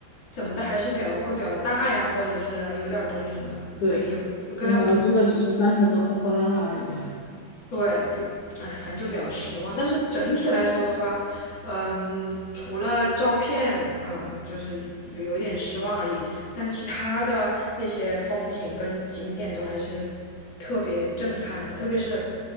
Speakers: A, on the left; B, on the left.
A: 怎么的还是比较会比较大呀，或者是有点儿东西什么的，
B: 对，
A: 没有，就跟那破
B: 没想到真的只是单纯的破破烂烂而已。<laughs>
A: 对，就哎，反正就比较失望。但是整体来说的话，嗯，除了照片，嗯，就是有有一点失望而已。但其他的那些风景跟景点都还是特别震撼的，特别是